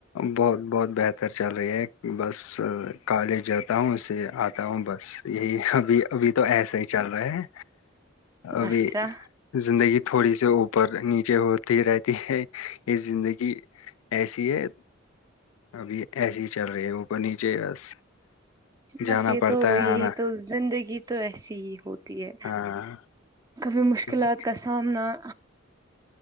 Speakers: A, on the left; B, on the right.
A: بہت بہت بہتر چل رہی ہے بس کالج جاتا ہوں اسے آتا ہوں بس یہی ابھی ابھی تو ایسا ہی چل رہا ہے ابھی
B: اچھا
A: زندگی تھوڑی سی اوپر نیچے ہوتی رہتی ہے یہ زندگی ایسی ہے ابھی ایسیے ہی چل رہی ہے اوپر نیچے بس جانا
B: بس یہ
A: پڑتا
B: تو
A: ہے
B: یہی
A: آنا
B: تو زندگی تو ایسی ہی ہوتی ہے
A: ہاں
B: کبھی مشکلات
A: ز-
B: کا سامنا